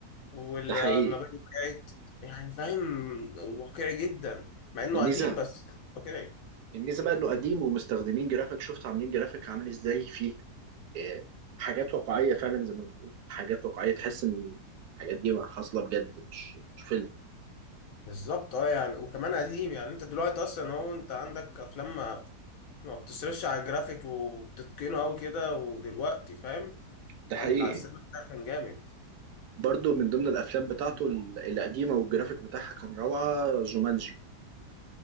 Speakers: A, on the left; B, on the right.
A: والمباني
B: ده حقيقي
A: وقعت يعني فاهم واقعي جدا مع انه
B: الميزه
A: قديم بس واقعي
B: الميزه بقى انه قديم ومستخدمين جرافيك شفت عاملين جرافيك عامل ازاي فيه آه، حاجات واقعيه فعلا زي ما بتقول حاجات واقعيه تحس ان الحاجات دي حاصله بجد مش مش فيلم
A: بالظبط اه يعني وكمان قديم يعني انت دلوقتي اصلا اهو انت عندك افلام ما ما بتصرفش على الجرافيك وبتتقنه قوي كده ودلوقتي فاهم
B: ده
A: فاللي
B: حقيقي
A: على الزمن ده كان جامد
B: برضو من ضمن الافلام بتاعته ال- القديمه والجرافيك بتاعها كان روعه جومانجي